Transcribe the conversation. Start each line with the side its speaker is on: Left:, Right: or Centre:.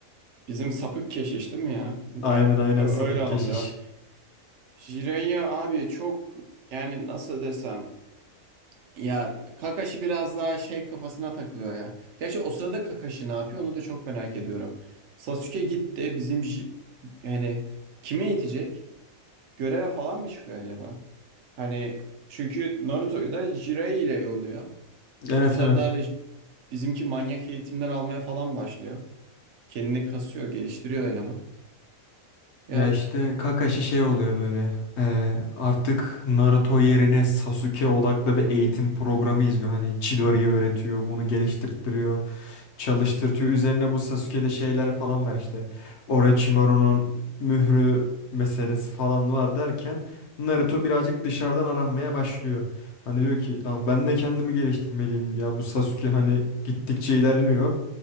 Right: Bizim sapık keşiş değil mi ya?
Left: Aynen
Right: Ya
Left: aynen
Right: ö-
Left: sapık
Right: öyle anılıyor.
Left: keşiş.
Right: Jiraiya abi çok yani nasıl desem ya Kakashi biraz daha şey kafasına takılıyor ya. Gerçi o sırada Kakashi ne yapıyor onu da çok merak ediyorum. Sasuke gitti bizim Ji- yani kime yetecek? Göreve falan mı çıkıyor acaba? Hani çünkü Naruto'yu da Jiraiya ile yolluyor.
Left: Evet
Right: O sırada
Left: evet.
Right: bizimki manyak eğitimler almaya falan başlıyor. Kendini kasıyor, geliştiriyor eleman. Ya
Left: Ya işte Kakashi şey oluyor böyle. eee, artık Naruto yerine Sasuke odaklı bir eğitim programı izliyor. Hani Chidori'yi öğretiyor, bunu geliştirtiyor, çalıştırtıyor. Üzerine bu Sasuke'de şeyler falan var işte. Orochimaru'nun mührü meselesi falan var derken Naruto birazcık dışarıdan aranmaya başlıyor. Hani diyor ki lan ben de kendimi geliştirmeliyim. Ya bu Sasuke hani gittikçe ilerliyor.